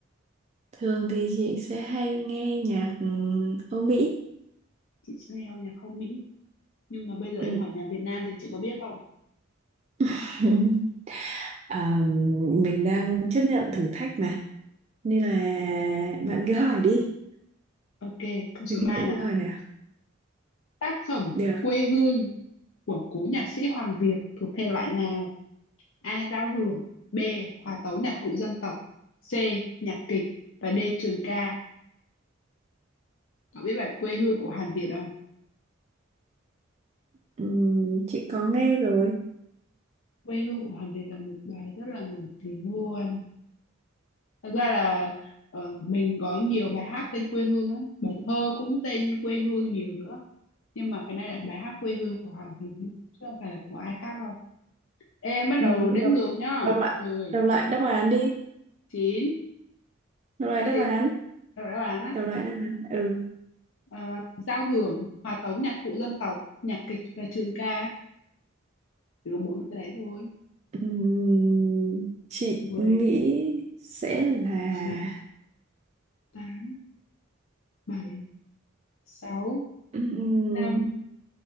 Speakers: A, on the right; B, on the left.
A: thường thì chị sẽ hay nghe nhạc ừm, Âu Mỹ
B: Chị sẽ nghe nhạc không Mỹ. Nhưng mà bây giờ em
A: ừ.
B: hỏi nhạc Việt Nam thì chị có biết không?
A: <laughs> À, mình đang chấp nhận thử thách mà nên là bạn cứ hỏi đi
B: Ok, câu số
A: thực
B: 3
A: hiện
B: nào.
A: câu hỏi nào
B: Tác phẩm
A: được
B: Quê hương của cố nhạc sĩ Hoàng Việt thuộc thể loại nào? A. Giao hưởng B. Hòa tấu nhạc cụ dân tộc C. Nhạc kịch và D. Trường ca Cậu biết bài Quê hương của Hàn Việt không?
A: Ừm, chị có nghe rồi
B: Quê hương của Hàn Việt là một bài rất là nổi tiếng luôn Thật ra là ờ, mình có nhiều bài hát tên quê hương lắm Bài thơ cũng tên quê hương nhiều nữa Nhưng mà cái này là bài hát quê hương của Hoàng Việt nhé Chứ không phải là của ai khác đâu Ê, em bắt đầu
A: Ừm,
B: đếm
A: đọc
B: ngược nhá
A: đọc lại
B: mười,
A: đọc lại đáp án đi
B: 9,
A: đọc lại
B: cái
A: đáp
B: gì?
A: án
B: rồi các bạn á
A: đọc lại đáp án ừ
B: à, giao hưởng hòa tấu nhạc cụ dân tộc nhạc kịch và trường ca chỉ có bốn cái đấy thôi
A: Ừm, chị
B: mười
A: nghĩ sẽ là
B: chín tám bảy sáu
A: Ừm,
B: năm